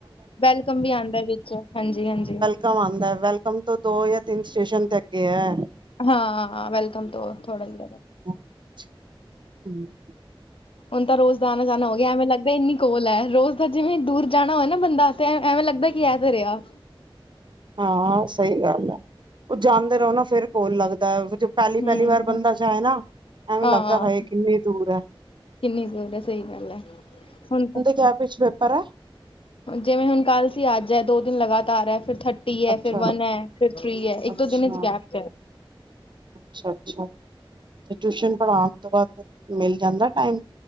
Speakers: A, on the left; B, on the right.
A: ਵੈਲਕਮ ਵੀ ਆਉਂਦਾ ਵਿੱਚ। ਹਾਂਜੀ -ਹਾਂਜੀ।
B: ਕਮ ਆਉਂਦਾ ਹੈ ਵੈਲਕਮ ਤੋਂ ਦੋ ਜਾਂ ਤਿੰਨ ਸਟੇਸ਼ਨ ਤੇ ਅੱਗੇ ਹੈ।
A: ਹਾਂ ਵੈਲਕਮ ਤੋਂ ਥੋੜਾ ਹੀ ਆ।
B: ਅੱਛਾ, ਹਮ।
A: ਹੁਣ ਤਾਂ ਰੋਜ਼ਦਾ ਆਣਾ -ਜਾਣਾ ਹੋ ਗਿਆ, ਐਵੇਂ ਲੱਗਦਾ ਈ ਨੀ ਕੋਲ ਹੈ ਰੋਜ਼ ਦਾ ਜਿਵੇਂ ਦੂਰ ਜਾਣਾ ਹੋਵੇ ਬੰਦਾ ਤੇ ਫਿਰ ਐਵੇਂ ਲੱਗਦਾ ਕਿ ਇਹ ਤੇ ਰਿਹਾ।
B: ਹਾਂ ਸਹੀ ਗੱਲ ਹੈ, ਉਹ ਜਾਂਦੇ ਰਹੋ ਨਾ ਫਿਰ ਕੋਲ ਲੱਗਦਾ। ਪਹਿਲੀ
A: ਹੂੰ
B: -ਪਹਿਲੀ ਵਾਰ ਬੰਦਾ ਜਾਏ ਨਾ, ਐਵੇਂ
A: ਹਾਂ
B: ਲੱਗਦਾ ਹਏ ਕਿੰਨੀ ਦੂਰ ਹੈ।
A: ਕਿੰਨੀ ਦੂਰ ਐ ਸਹੀ ਗੱਲ ਹੈ, ਹੁਣ
B: ਜਾਂ ਪਿਛਲੇ ਪੈਹਰ ਹੈ।
A: ਜਿਵੇਂ ਹੁਣ ਕੱਲ੍ਹ ਸੀ ਅੱਜ ਹੈ ਦੋ ਦਿਨ ਲਗਾਤਾਰ ਹੈ ਫਿਰ ਥ ਟੀ ਹੈ,
B: ਅੱਛਾ
A: ਫਿਰ ਵਨ ਹੈ, ਫਿਰ ਥ੍ਰੀ ਹੈ, ਇੱਕ
B: ਅੱਛਾ
A: -ਦੋ ਦਿਨ ਚ ਗੈਪ
B: ਅੱਛਾ -ਅੱਛਾ, ਤੇ ਟਿਊਸ਼ਨ ਪੜ੍ਹਾਉਣ ਤੋਂ ਬਾਅਦ ਮਿਲ ਜਾਂਦਾ ਟਾਈਮ।